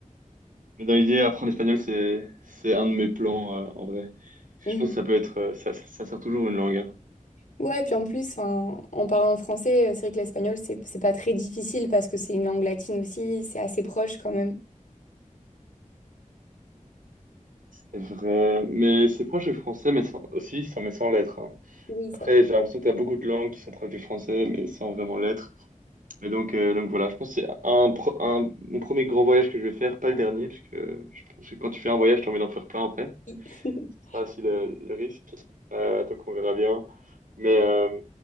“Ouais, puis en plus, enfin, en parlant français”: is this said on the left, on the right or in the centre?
Left